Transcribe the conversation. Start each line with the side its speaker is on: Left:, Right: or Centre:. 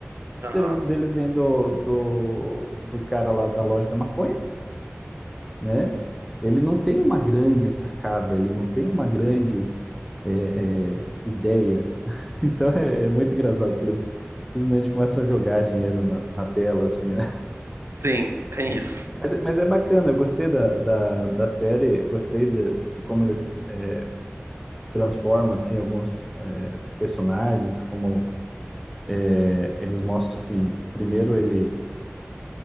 Right: Aham.
Centre: O dinheiro dele vem do, do, do cara lá da loja da maconha, né? Ele não tem uma grande sacada, ele não tem uma grande é, é, ideia. <laughs> Então é, é muito engraçado que eles simplesmente começam a jogar dinheiro na, na tela, assim, né?
Right: Sim, tem isso.
Centre: Mas, mas, é bacana, eu gostei da, da, da série, eu gostei de, de como eles é, transformam, assim, alguns é, personagens, como é, eles mostram, assim, primeiro ele